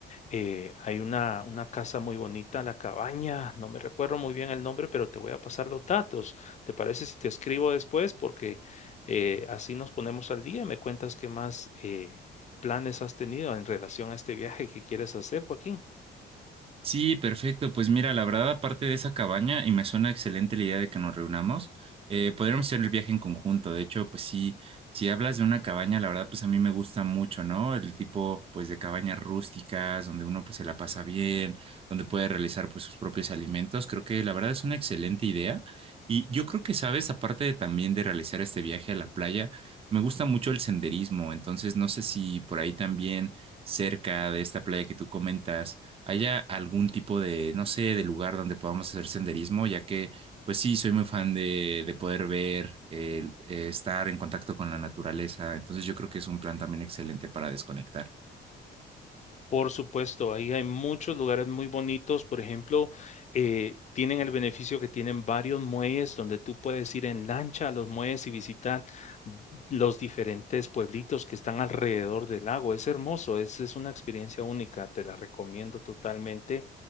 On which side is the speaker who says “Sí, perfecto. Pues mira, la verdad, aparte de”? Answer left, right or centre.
Right